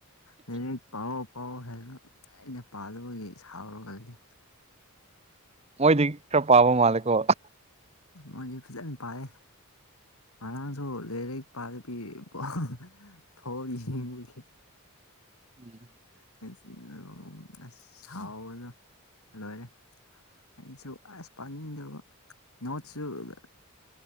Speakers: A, on the left; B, on the right.
A: ꯂꯥꯏꯔꯤꯛ ꯄꯥꯎ ꯑꯣ꯫ ꯑꯣ ꯍꯥꯏꯕ ꯑꯩꯅ ꯄꯥꯗꯕꯒꯤ ꯁꯥꯎꯔꯒ ꯂꯦꯟꯂꯦ꯫
B: ꯃꯣꯏꯗꯤ ꯈꯔ ꯄꯥꯕ ꯃꯥꯜꯂꯦꯀꯣ꯫
A: ꯃꯣꯏꯗꯤ ꯐꯖꯅ ꯄꯥꯌꯦ꯫ ꯍꯔꯥꯡꯁꯨ ꯂꯔꯤꯛ ꯄꯥꯗꯕꯤ <unintelligible> ꯐꯣꯟ ꯌꯦꯡꯕꯒꯤ--꯫
B: ꯎꯝ--꯫
A: <unintelligible> ꯑꯁ ꯍꯥꯎꯕꯅ ꯂꯣꯏꯔꯦ--꯫ ꯑꯩꯁꯨ ꯑꯁ ꯄꯥꯅꯤꯡꯗꯕ ꯅꯣꯠꯁꯨ--꯫